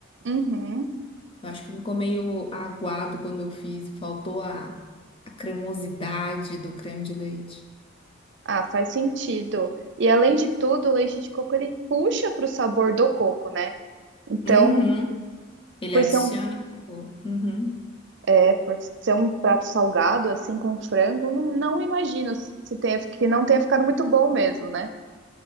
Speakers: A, on the right (about 60°); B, on the left (about 25°).
A: Uhum.
B: Eu acho que ficou meio aguado quando eu fiz, faltou a, a cremosidade do creme de leite.
A: Ah, faz sentido. E além de tudo, o leite de coco ele puxa para o sabor do coco, né? Então,
B: Uhum. Ele
A: por
B: adiciona
A: ser um,
B: sabor. Uhum.
A: é, por ser um prato salgado, assim, com frango, não, não imagino se, se tenha, que não tenha ficado muito bom mesmo, né?